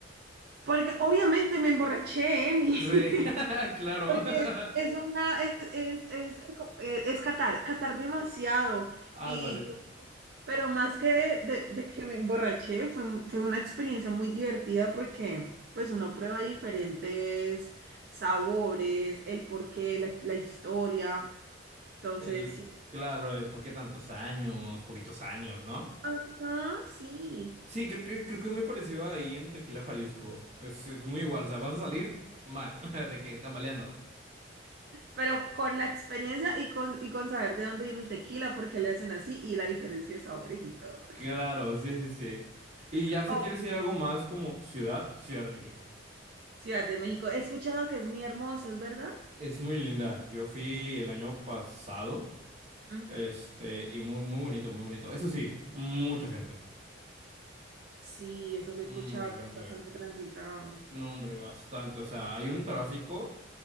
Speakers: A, on the right; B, on the right.
A: porque obviamente me emborraché, Emi,
B: Sí,
A: <laughs>
B: <laughs> claro.
A: porque
B: <laughs>
A: es una, es, es, es, es- es catar, catar demasiado,
B: Ándale.
A: y, pero más que de, de que me emborraché, fue, un- fue una experiencia muy divertida porque pues uno prueba diferentes sabores, el porqué, la, la historia, entonces
B: El,
A: sí.
B: claro, de por qué tantos años, poquitos años, ¿no?
A: Ajá, sí.
B: Sí, creo que, creo que es muy parecido ahí en Tequila, Jalisco. Es, es muy igual, o sea, vas a salir mal, <laughs> de que tambaleando.
A: Pero con la experiencia y con, y con saber de dónde viene el tequila, por qué le hacen así y la diferencia de sabores y todo.
B: Claro, sí, sí, sí. Y ya si
A: Oh,
B: quieres ir a algo más como ciudad, Ciudad de México.
A: Ciudad de México. He escuchado que es muy hermosa, ¿es verdad?
B: Es muy linda. Yo fui el año pasado,
A: Ujú.
B: este, y muy, muy bonito, muy bonito. Eso sí, mucha gente,
A: Sí, eso sí
B: mucha
A: he escuchado,
B: gente.
A: que es bastante transitado.
B: No, hombre, bastante. O sea, hay un tráfico